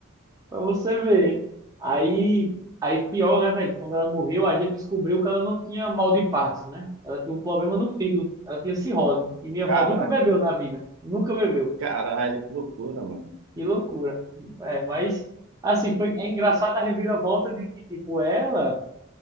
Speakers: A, on the right; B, on the right.
A: Pra você ver. Aí, aí pior, né, velho? Quando ela morreu, a gente descobriu que ela não tinha mal de Parkinson, né? Ela tinha um problema no fígado. Ela tinha cirrose. E minha avó
B: Caraca,
A: nunca bebeu na vida. Nunca bebeu.
B: caralho, que loucura, mano.
A: Que loucura. É, mas, assim, foi, é engraçado a reviravolta de que, tipo, ela,